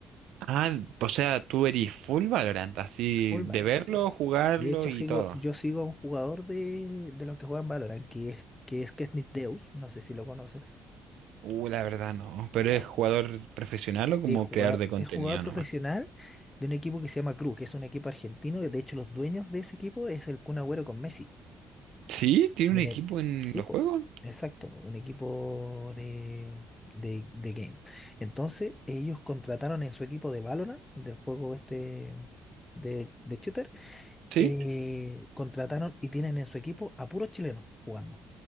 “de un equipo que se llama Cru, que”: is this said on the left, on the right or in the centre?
Left